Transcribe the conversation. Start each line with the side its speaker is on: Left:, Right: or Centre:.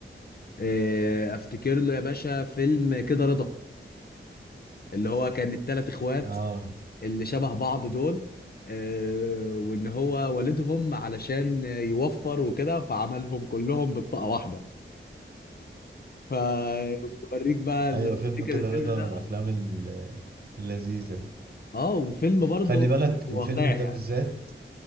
Left: إيه، افتكر له يا باشا فيلم كده رضا اللي هو كان التلات اخوات
Right: اه
Left: اللي شبه بعض دول إيه، وان هو والدهم علشان يوفر وكده فعملهم كلهم ببطاقة واحدة فبوريك بقى
Right: ايوه
Left: لو
Right: فيلم
Left: تفتكر
Right: كده
Left: الفيلم
Right: رضا
Left: ده
Right: من الافلام ال- اللذيذة
Left: اه وفيلم برضه
Right: خلي بالك
Left: واقعي
Right: الفيلم ده
Left: يعني.
Right: بالذات